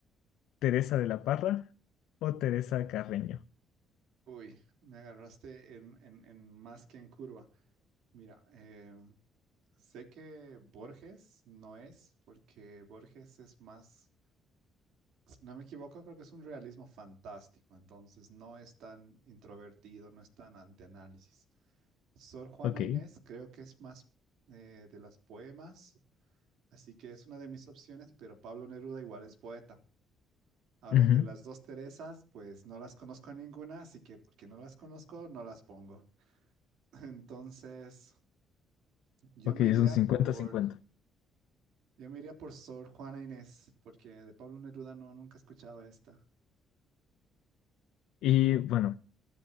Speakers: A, on the left (about 80°); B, on the right (about 75°).
A: Teresa de la Parra o Teresa Carreño?
B: Uy, me agarraste en, en- en más que en curva. Mira, eh, sé que Borges no es, porque Borges es más, si no me equivoco, creo que es un realismo fantástico, entonces no es tan introvertido, no es tan a- de análisis. Sor Juana
A: Ok.
B: Inés creo que es más eh, de las poemas, así que es una de mis opciones, pero Pablo Neruda igual es poeta. Ahora,
A: ujú.
B: entre las dos Teresas, pues no las conozco a ninguna, así que porque no las conozco, no las pongo. <laughs> Entonces, yo
A: Ok,
B: me
A: es
B: iría
A: un cincuenta-cincuenta.
B: por, yo me iría por Sor Juana Inés, porque de Pablo Neruda no, nunca he escuchado esta.
A: Y bueno.